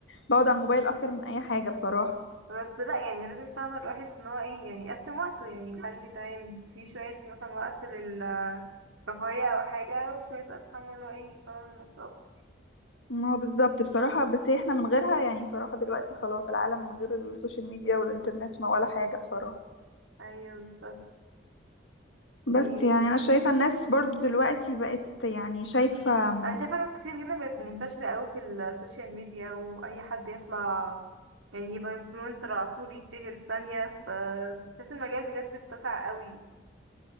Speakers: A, on the left; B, on the right.
A: بقعد على الموبايل اكتر من اي حاجة بصراحة
B: بس لا يعني لازم فاهمة الواحد ان هو ايه يعني يقسم وقته يعني يخلي تمام في شوية مثلا وقت للرفاهية او حاجة وشوية وقت فاهمة اللي هو ايه يطور من نفسه اكتر
A: ما هو بالظبط بصراحة بس احنا من غيرها يعني بصراحة دلوقتي خلاص العالم من غير السوشيال ميديا والإنترنت ما ولا حاجة بصراحة
B: ايوه بالظبط
A: بس
B: ي-
A: يعني أنا شايفة الناس برضو دلوقتي بقت يعني شايفة أم،
B: انا شايفة ناس كتير جدا بقت منتشرة اوي في السوشيال ميديا واي حد يطلع يعني يبقى انفلونسر على طول يتشهر في ثانية ف بس المجال بجد اتسع اوي